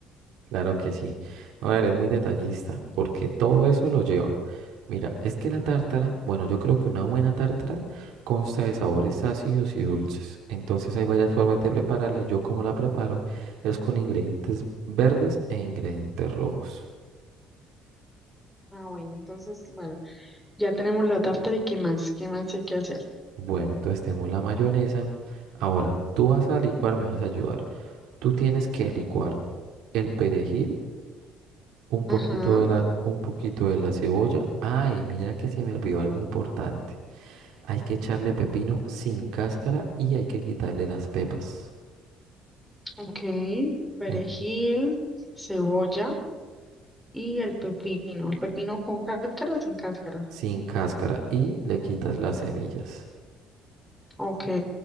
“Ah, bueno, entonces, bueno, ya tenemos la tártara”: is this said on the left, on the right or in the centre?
Centre